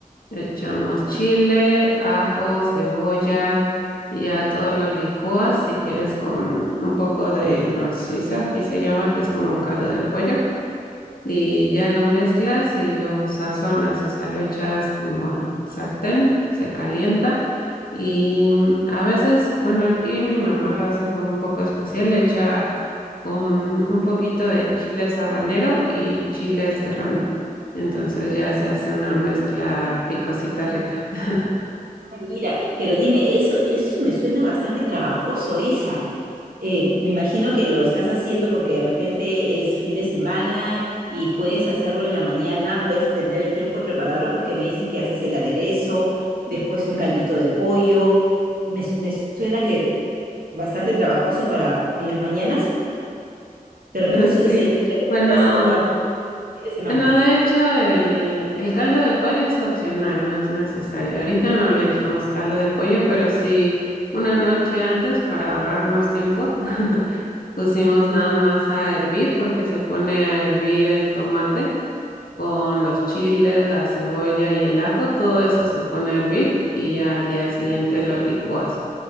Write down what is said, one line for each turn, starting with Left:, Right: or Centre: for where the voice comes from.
Left: le echamos chile, ajo, cebolla y ya todo lo licúas si quieres con un poco de nor Suiza, aquí se llama, que es como caldo de pollo. y ya lo mezclas y lo sazonas, o sea, lo echas como al sartén, se calienta y mm, a veces, bueno, aquí mi mamá lo hace como un poco especial, le echa con un poquito de chile habanero y chile serrano. Entonces ya se hace una mezcla picosita rica. <laughs>
Right: Ay, mira, pero dime, eso, eso me suena bastante trabajoso, Isa. Eh, me imagino que lo estás haciendo porque de repente es fin de semana y puedes hacerlo en la mañana, puedes tener el tiempo de prepararlo porque me dices que haces el aderezo, después un caldito de pollo. Me, s- me suena que bastante trabajoso para en las mañanas. De repente es
Left: Sí,
Right: un desayuno que acostumbras
Left: bueno.
Right: tomar un fin de semana.
Left: Bueno, de hecho, el, el caldo de pollo es opcional, no es necesario. Ahorita no le echamos caldo de pollo, pero sí una noche antes para ahorrarnos tiempo, <laughs> pusimos nada más a hervir porque se pone a hervir el tomate con los chiles, la cebolla y el ajo, todo eso se pone a hervir y ya al día siguiente lo licuas.